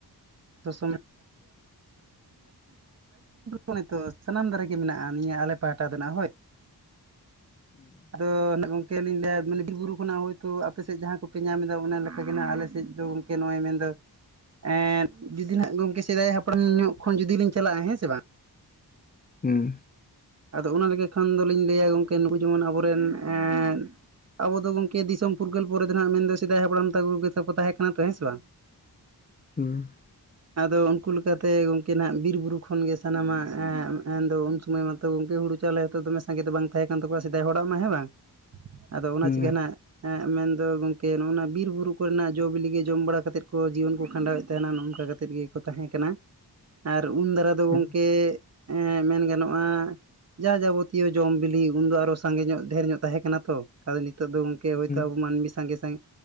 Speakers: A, on the right (about 40°); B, on the left (about 25°).
A: ᱥᱚᱥᱚ <inaudible> <inaudible> ᱥᱟᱱᱟᱢ ᱫᱟᱨᱮ ᱜᱮ ᱢᱮᱱᱟᱜᱼᱟ ᱱᱤᱭᱟᱹ ᱟᱞᱮ ᱯᱟᱦᱴᱟ ᱫᱚ ᱱᱟᱦᱟᱜ ᱦᱳᱭ᱾
B: ᱦᱩᱸ᱾
A: ᱟᱫᱚ ᱱᱟᱜ ᱜᱚᱝᱠᱮ ᱞᱤᱧ ᱞᱟᱹᱭᱟ ᱢᱟᱱᱮ ᱵᱤᱨ ᱵᱩᱨᱩ ᱠᱷᱚᱱᱟᱜ ᱦᱳᱭᱛᱳ ᱟᱯᱮ ᱥᱮᱫ ᱡᱟᱦᱟᱸ ᱠᱚᱯᱮ ᱧᱟᱢ ᱮᱫᱟ ᱚᱱᱟ ᱞᱮᱠᱟ ᱜᱮ ᱱᱟᱜ ᱟᱞᱮ ᱥᱮᱫ ᱫᱚ ᱠᱮ ᱱᱚᱜᱼᱚᱭ ᱢᱮᱱᱫᱚ ᱮᱸ ᱡᱩᱫᱤ ᱦᱟᱦᱟᱜ ᱜᱚᱝᱠᱮ ᱥᱮᱫᱟᱭ ᱦᱟᱯᱲᱟᱢ ᱧᱚᱜ ᱠᱷᱚᱱ ᱡᱩᱫᱤ ᱞᱤᱧ ᱪᱟᱞᱟᱜᱼᱟ, ᱦᱮᱸ ᱥᱮ ᱵᱟᱝ?
B: ᱦᱩᱸ᱾
A: ᱟᱫᱚ ᱚᱱᱟ ᱞᱮᱠᱟ ᱠᱷᱟᱱ ᱫᱚᱞᱤᱧ ᱞᱟᱹᱭᱟ ᱜᱚᱝᱠᱮ ᱱᱩᱠᱩ ᱡᱮᱢᱚᱱ ᱟᱵᱚᱨᱮᱱ ᱮᱸ ᱟᱵᱚ ᱫᱚ ᱜᱚᱝᱠᱮ ᱫᱤᱥᱚᱢ ᱯᱷᱩᱨᱜᱟᱹᱞ ᱯᱚᱨᱮ ᱫᱚ ᱱᱟᱦᱟᱜ ᱢᱮᱱᱫᱚ ᱥᱮᱫᱟᱭ ᱦᱟᱯᱲᱟᱢ ᱛᱟᱠᱚ ᱜᱮᱛᱚ ᱠᱚ ᱛᱟᱦᱮᱸ ᱠᱟᱱᱟ ᱛᱚ, ᱦᱮᱸ ᱥᱮ ᱵᱟᱝ?
B: ᱦᱩᱸ᱾
A: ᱟᱫᱚ ᱩᱱᱠᱩ ᱞᱮᱠᱟ ᱛᱮ ᱜᱚᱝᱠᱮ ᱱᱟᱦᱟᱜ ᱵᱤᱨ ᱵᱩᱨᱩ ᱠᱷᱚᱱ ᱜᱮ ᱥᱟᱱᱟᱢᱟᱜ ᱮᱸ ᱢᱮᱱᱫᱚ ᱩᱱ ᱥᱚᱢᱚᱭ ᱢᱟ ᱛᱚ ᱜᱚᱝᱠᱮ ᱦᱩᱱᱩ ᱪᱟᱣᱞᱮ ᱦᱚᱸᱛᱚ ᱫᱚᱢᱮ ᱥᱟᱸᱜᱮ ᱫᱚ ᱵᱟᱝ ᱛᱟᱦᱮᱸ ᱠᱟᱱ ᱛᱟᱠᱚᱣᱟ ᱥᱮᱫᱟᱭ ᱦᱚᱲᱟᱜ ᱢᱟ, ᱦᱮᱸ ᱵᱟᱝ? ᱟᱫᱚ ᱚᱱᱟ
B: ᱦᱩᱸ
A: ᱪᱤᱠᱟᱹ ᱱᱟᱜ ᱮᱸᱜ ᱢᱮᱱᱫᱚ ᱜᱚᱝᱠᱮ ᱱᱚᱜᱼᱚ ᱱᱟ ᱵᱤᱨ ᱵᱩᱨᱩ ᱠᱚᱨᱮᱱᱟᱜ ᱡᱚ ᱵᱤᱞᱤ ᱜᱮ ᱡᱚᱢ ᱵᱟᱲᱟ ᱠᱟᱛᱮᱫ ᱠᱚ ᱡᱤᱭᱚᱱ ᱠᱚ ᱠᱷᱟᱸᱰᱟᱣᱮᱫ ᱛᱮ ᱚᱱᱟ ᱱᱚ-ᱚᱱᱠᱟ ᱠᱟᱛᱮᱫ ᱜᱮᱠᱚ ᱛᱟᱦᱮᱸ ᱠᱟᱱᱟ᱾ ᱟᱨ ᱩᱱ ᱫᱟᱨᱟ ᱫᱚ
B: ᱦᱩᱸ
A: ᱜᱚᱝᱠᱮ ᱢᱮᱱ ᱮᱸ ᱢᱮᱱ ᱜᱟᱱᱚᱜᱼᱟ ᱡᱟ ᱡᱟᱵᱚᱛᱤᱭᱚ ᱡᱚᱢ ᱵᱤᱞᱤ ᱩᱱᱫᱚ ᱟᱨᱚ ᱥᱟᱸᱜᱮ ᱧᱚᱜ ᱰᱷᱮᱨ ᱧᱚᱜ ᱛᱟᱦᱮᱸ ᱠᱟᱱᱟ ᱛᱚ, ᱟᱫᱚ ᱱᱤᱛ ᱛᱚᱜ ᱫᱚ ᱜᱚᱝᱠᱮ ᱦᱳᱭᱛᱳ
B: ᱦᱩᱸ
A: ᱟᱵᱚ ᱢᱟᱹᱱᱢᱤ ᱥᱟᱜᱮ ᱥᱟᱸᱜᱮ